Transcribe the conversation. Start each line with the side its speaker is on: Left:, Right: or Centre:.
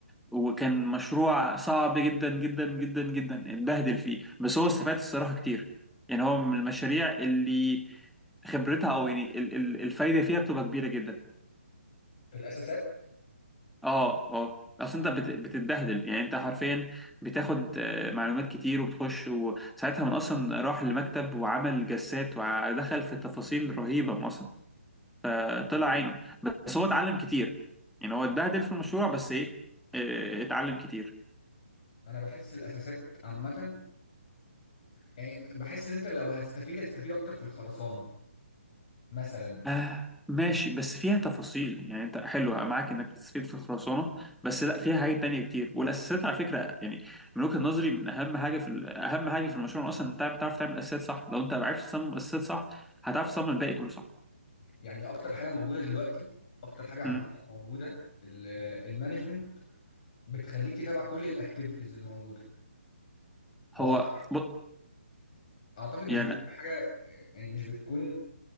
Centre: وكان مشروع صعب جدا جدا جدا جدا اتبهدل فيه بس هو استفاد الصراحه كتير يعني هو من المشاريع اللي خبرتها او يعني ال- ال- الفايده فيها بتبقى كبيره جدا
Left: في الاساسات
Centre: اه اه اصل انت بت- بتتبهدل يعني انت حرفيا بتاخد آه، معلومات كتير وبتخش وساعتها من اصلا راح لمكتب وعمل جسات ودخل في تفاصيل رهيبه من اصلا فطلع عينه بس هو اتعلم كتير يعني هو اتبهدل في المشروع بس ايه آه، اتعلم كتير
Left: انا بحس الاساسات عامه يعني بحس ان انت لو هتستفيد هتستفيد اكتر في الخرسانه مثلا
Centre: آه ماشي بس فيها تفاصيل يعني انت حلو معاك انك بتستفيد في الخرسانه بس لا فيها حاجات تانية كتير والاساسات على فكره يعني من وجهه نظري من اهم حاجه في ال- اهم حاجه في المشروع اصلا انت بتعرف تعمل اساسات صح لو انت عرفت تصمم الاساسات صح هتعرف تصمم الباقي كله صح
Left: يعني اكتر حاجه موجوده دلوقتي اكتر حاجه عامه
Centre: امم
Left: موجوده ال- المانجمنت بتخليك تتابع كل الاكتيفيتيز اللي موجوده واعتقد
Centre: هو بط...
Left: اعتقد مش
Centre: يعني
Left: بتكون حاجه يعني مش بتكون